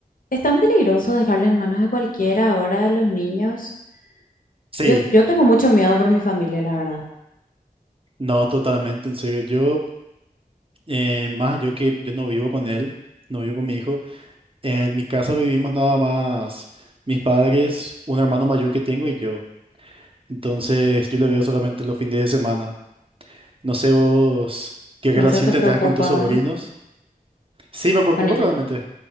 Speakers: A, on the left; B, on the right.
A: es tan peligroso dejarle en manos de cualquiera ahora a los niños.
B: Sí,
A: Yo, yo tengo mucho miedo por mi familia, la verdad.
B: No, totalmente, en serio. Yo, eh, más yo que yo no vivo con él, no vivo con mi hijo. En mi casa vivimos nada más mis padres, un hermano mayor que tengo y yo. Entonces yo le veo solamente los fines de semana. No sé vos qué relación
A: Entonces te
B: tendrás
A: preocupa,
B: con tus sobrinos.
A: ¿verdad?
B: Sí, me preocupa
A: Bueno, yo.
B: realmente.